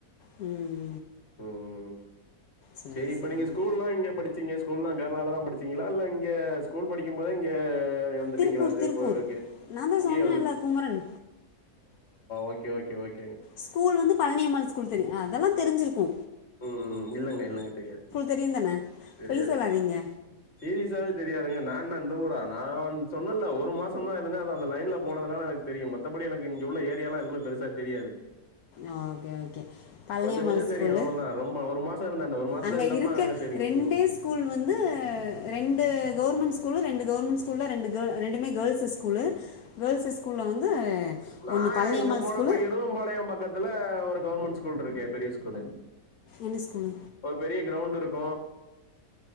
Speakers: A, on the left (about 75°); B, on the left (about 45°).
A: ம்
B: ம்
A: சரி
B: செரி இப்ப
A: சரிங்க
B: நீங்க ஸ்கூல்லா இங்க படிச் சிங்க ஸ்கூல்லா கேர்ளால தா படிச்சீங்களா இல்ல இங்க ஸ்கூல் படிக்கும்போதே இங்க வந்துட்டீங்களா
A: திருப்பூர்
B: திருப்ப
A: திருப்பூர்
B: இங்க
A: நான் தான்
B: இங்கேயே
A: சொன்னேன்ல
B: வந்து
A: Kumaran
B: okay okay okay
A: school வந்து பழனியம்மாள் ஸ்கூல் தெரியு அதெல்லா தெரிஞ்சிருக்கூ
B: ம் இல்லங்க இல்லங்க தெரியாது
A: தெரியும் தானே
B: தெரியாது
A: பொய் சொல்லாதீங்க
B: சீரியஸாவே தெரியாதுங்க நான்ன இந்த ஊரா நா வந்து சொன்னேல ஒரு மாசந்தா இருந்தே அது அந்த லைன்ல போனதுனால எனக்கு தெரியு மத்த படி எனக்கு இங்கே உள்ள ஏரியா எல்லா எதுமே பெருசா தெரியாது
A: ஆ ஓகே ஓகே பழனியம்மாள்
B: கொஞ்ச கொஞ்ச
A: ஸ்கூலு
B: தெரியு அவ்ளோதா ரொம்ப ஒரு மாசொ இருந்த அந்த ஒரு மாசத்து
A: அங்க
B: இருந்தப்ப
A: இருக்க
B: தாங்க தெரியு
A: ரெண்டே
B: ம்
A: ஸ்கூல் வந்து ரெண்டு கவுர்மெண்ட் ஸ்கூலு ரெண்டு கவுர்மெண்ட் ஸ்கூல்ல ரெண்டு கே ரெண்டுமே கேள்ஸஸ் ஸ்கூலு கேள்ஸஸ் ஸ்கூல்ல வந்து
B: நா
A: ஒன்று பழனியம்மாள்
B: எங்க போனப்ப
A: ஸ்கூலு
B: இடுவம்பாளையம் பக்கத்துல ஒரு கவுர்மெண்ட் ஸ்கூல் இருக்கே பெரிய ஸ்கூலு
A: என்ன ஸ்கூலு
B: ஒரு பெரிய க்ரௌண்ட் இருக்கூ